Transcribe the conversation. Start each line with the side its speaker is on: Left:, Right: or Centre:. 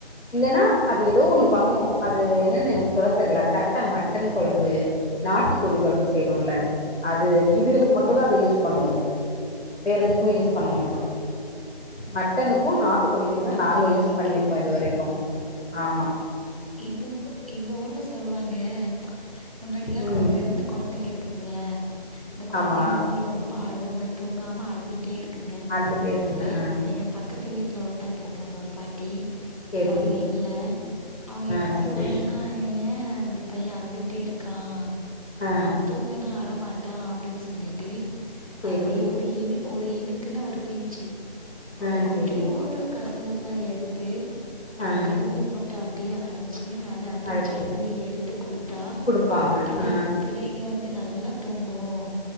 Left: இல்லனா அது ஏதோ ஒன்னு பண்ணு அது என்னன்னு எனக்கு சொல்ல தெர்ல கரெக்டா மட்டன் கொழம்பு நாட்டு கோழி கொழம்பு செய்றோல்ல அது இதுகளுக்கு
Right: ஆமா
Left: மட்டு அத யூஸ் பன்னுவோ வேற எதுக்குமே யூஸ் பண்ண மாட்டோ மட்டனுக்கூ நாட்டு கோழிக்கு தா
Right: அப்படியா
Left: நாங்க யூஸ்
Right: எங்க
Left: பண்ணிருக்கோ இது வரைக்கு ஆமா
Right: எங்க ஊர் எங்க ஊர்ல சொல்லுவாங்க முன்னாடிலா
Left: ம்
Right: பிறந்த குழந்தைங்க இருக்குங்ள இந்த கொழந்தைங்க
Left: ஆமா
Right: வந்து ரொம்ப அழுங்க தூங்காம அழுதுட்டே இருக்குங்க
Left: அழுதுட்டே இருக்குங்க
Right: இப்ப எங்க
Left: ஆ
Right: எங்க பக்கத்து வீட்ல ஒருத்தங்க இருக்காங்க ஒரு பாட்டி
Left: சேரி
Right: இப்ப அவுங்க இல்ல அவுங்க
Left: ஆ
Right: என்ன பன்னுவாங்கனா
Left: சேரி
Right: ஏ இந்த பைய அழுதுட்டே இருக்கா
Left: ஆ
Right: அவ துங் ன்னா அழமாட்டா அப்டின்னு சொல்லிட்டு
Left: சேரி
Right: அதா வது ஒரு இனு ஒரு இனுக்குன்னா ஒரு பிஞ்ச்சு
Left: ஆ
Right: கொஞ்சோண்டு
Left: சேரி
Right: கசகச எடுத்து அத
Left: ஆ
Right: கல்லு போட்டு அப்டியே அரச் அத அப்டியே
Left: அரைச்சு
Right: சங்குல எடுத்து கொடுத்தா
Left: குடுப்பாங்க
Right: அப்டியே
Left: ஆ
Right: பிள்ளைங்க வந்து நல்லா தூங்கும்